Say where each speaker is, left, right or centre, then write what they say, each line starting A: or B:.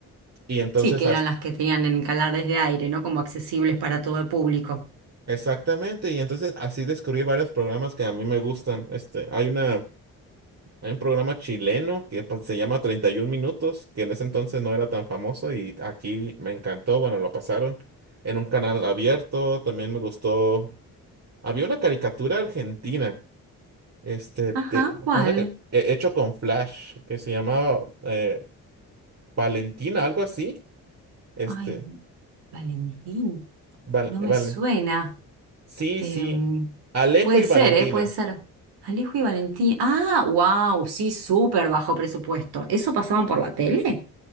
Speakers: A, on the right; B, on the right.
A: y entonces,
B: Sí, que
A: as-
B: eran las que tenían en canales de aire, ¿no? Como accesibles para todo el público.
A: exactamente, y entonces así descubrí varios programas que a mí me gustan. Este, hay una Hay un programa chileno que pa- se llama 31 Minutos, que en ese entonces no era tan famoso y aquí me encantó. Bueno, lo pasaron en un canal abierto. También me gustó. Había una caricatura argentina, este,
B: Ajá,
A: de-
B: ¿cuál?
A: una ca- he- hecho con Flash, que se llamaba eh, Valentina, algo así. Este,
B: Ay, Valentín,
A: Val-
B: no me
A: Valen-
B: suena.
A: sí,
B: Em,
A: sí. Alejo
B: puede
A: y
B: ser,
A: Valentina.
B: ¿eh? Puede ser. Alejo y Valentín. Ah, wow, sí, súper bajo presupuesto. ¿Eso pasaban por la tele?